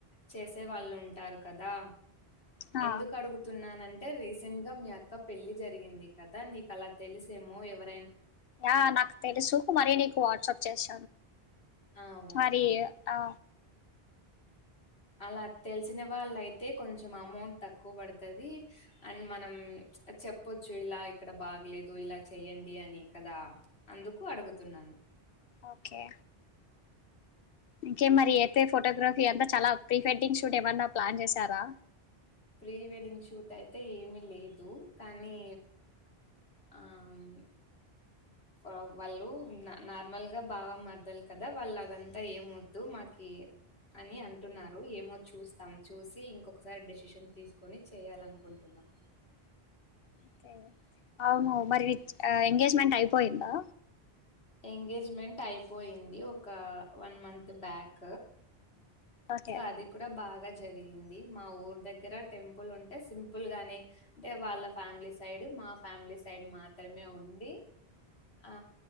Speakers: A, on the left; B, on the left.
A: చేసే వాళ్ళు ఉంటారు కదా
B: ఆ
A: ఎందుకు అడుగుతున్నానం రీసెంట్ గా మీ అక్క పెళ్లి జరిగింది కదా నీక్ అలా తెలిసేమో ఎవర్
B: ఆ నాకు తెలుసు మరీ నీకు వాట్సప్ చేస్
A: ఆ ఓకే
B: మరి ఆ
A: అలా తెలిసిన వాళ్ళ అయితే కొంచెం అమౌంట్ తక్కువ పడుతదీ, అండ్ మనం ప్చ్ చెప్పొచ్చు ఇలా ఇక్కడ బాగలేదు ఇలా చెయ్యండి అని కదా అందుకు అడుగుతున్నాను.
B: ఒకే ఇంకేం మరి అయితే ఫోటోగ్రఫీ అంతా చాలా ప్రీ వెడ్డింగ్ షూట్ ఏమన్నా ప్లాన్ చేశారా.
A: ప్రీ వెడ్డింగ్ షూట్ అయితే ఏమి లేదూ, కానీ ఆహ్ ఆ వాళ్ళూ నార్మల్గా బావ మార్దల్ కదా వాళ్ అదంతా ఏమ్ వద్దు మాకీ, అని అంటున్నారు ఏమో చూస్తాం చూసి ఇంకొకసారి డెసిషన్ తీసుకొని చెయ్యాలనుకుంటున్నాం.
B: ఒకే. అవును మరి ఎంగేజ్మెంట్ అయిపోయిందా.
A: ఎంగేజ్మెంట్ అయిపోయింది ఒకా one month back.
B: okay
A: So అది కూడ బాగా జరిగిం ది. మా ఊరూ దగ్గర టెంపుల్ ఉంటే సింపుల్ గానే, అంటే వాళ్ళ ఫ్యామిలీ సైడ్ మా ఫ్యామిలీ సైడ్ మాత్రమే ఉండీ, ఆ